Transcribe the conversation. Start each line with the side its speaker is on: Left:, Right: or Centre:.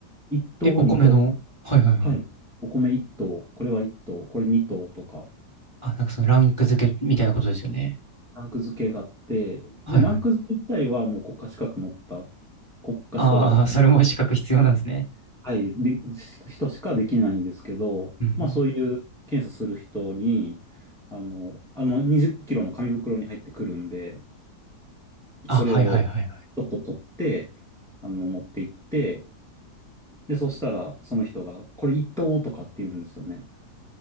Centre: 1等、
Right: え、お米の。
Centre: 2等。
Right: はいはいはい。
Centre: はい。お米1等、これは1等、これ2等とか、
Right: あ、なんかそのランク付けみたいなことですよね。
Centre: ランク付けがあって、
Right: はいはい。
Centre: で、ランク付け自体はもう国家資格持った、国家資格だ
Right: ああ、それも資格必要なんですね。
Centre: はい、で、人しかできないんですけど、
Right: うん。
Centre: まあそういう検査する人に、あの、あの20キロの紙袋に入ってくるんで、
Right: あ、
Centre: それをちょっと取って、
Right: はいはいはいは
Centre: あの、持って行って、で、そしたらその人が、これ一等とかって言うんですよね。